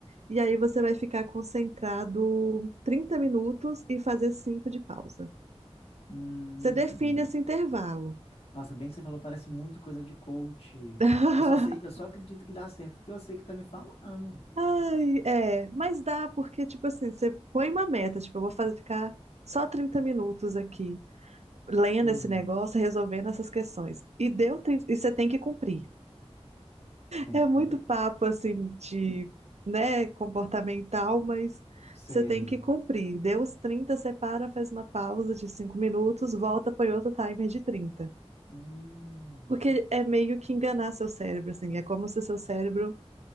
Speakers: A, on the right; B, on the left.
A: e aí você vai ficar concentrado 30 minutos e fazer 5 de pausa.
B: Hum,
A: Você define esse intervalo.
B: nossa, bem que você falou, parece muito coisa de coach.
A: <laughs>
B: Eu só sei, eu só acredito que dá certo porque eu sei que tá me falando.
A: Ai, é, mas dá porque, tipo assim, você põe uma meta, tipo, eu vou fazer ficar só 30 minutos aqui. lendo
B: Hum,
A: esse negócio, resolvendo essas questões. E deu, tri- e você tem que cumprir.
B: tem
A: É
B: que
A: muito
B: cumprir.
A: papo assim de, né, comportamental, mas
B: Sei.
A: você tem que cumprir. Deu os 30, você para, faz uma pausa de 5 minutos, volta, põe outro timer de 30.
B: Hum.
A: Porque é meio que enganar seu cérebro, assim, é como se seu cérebro